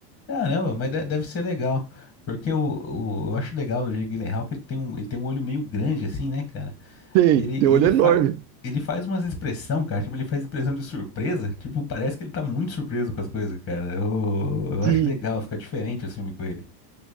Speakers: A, on the left; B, on the right.
A: Caramba, mas de- deve ser legal. Porque o, o- eu acho legal do Jake Gyllenhaal que ele tem um, ele tem um olho meio grande assim, né, cara?
B: Tem,
A: E ele,
B: tem
A: e
B: um olho
A: ele
B: enorme.
A: faz ele faz umas expressão, cara, tipo, ele faz expressão de surpresa, tipo, parece que ele tá muito surpreso com as coisas, cara. Eu, eu
B: Sim.
A: acho legal, fica diferente o filme com ele.